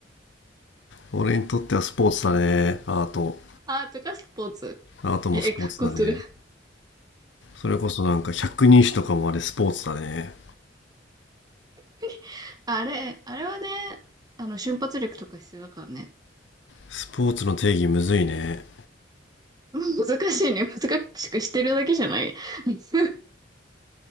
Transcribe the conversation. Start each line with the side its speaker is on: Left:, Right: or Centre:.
Left: 俺にとってはスポーツだね、アート。
Right: アートかスポーツ。
Left: アートもスポーツだね。
Right: え、書くことが。
Left: それこそなんか百人一首とかもあれスポーツだね。
Right: <laughs> あれ、あれはね、あの、瞬発力とか必要だからね。
Left: スポーツの定義むずいね。
Right: 難しいね。難しくしてるだけじゃない。<laughs>